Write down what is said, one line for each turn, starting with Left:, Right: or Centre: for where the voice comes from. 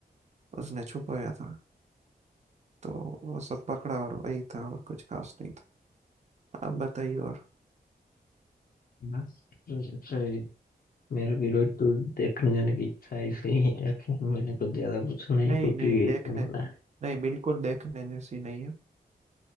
Right: उसने छुपाया था तो वो सब पकड़ा और वही था और कुछ खास नहीं था अब बताइए और
Left: बस अच्छा ही मेरा भी रोज तो देखने जाने की इच्छा है इसलिए <laughs> मैंने कुछ ज्यादा पूछा नहीं
Right: नहीं
Left: क्योंकि
Right: नहीं देखने
Left: <laughs>
Right: नहीं बिल्कुल देखने जैसी नहीं है